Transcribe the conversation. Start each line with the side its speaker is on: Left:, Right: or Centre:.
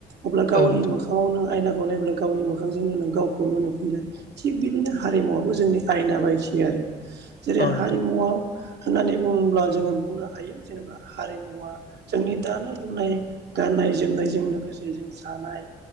Right: अब्ला गावनि
Left: औ नोंथां
Right: मोखाङाव नों आयनाखौ नायोब्ला गावनि मोखांजोंनो नों गावखौनो नुफिनगोन थिग बिदिनो हारिमुवाबो जोंनि आयना बायदि आरो। जेरै
Left: औ नोंथां
Right: हारिमुवा होननानै बुङोब्ला जोङो बुंनो हायो जेनेबा हारिमुवा जोंनि दानाय लुनाय गाननाय जोमनायजों लोगोसे जों। जानाय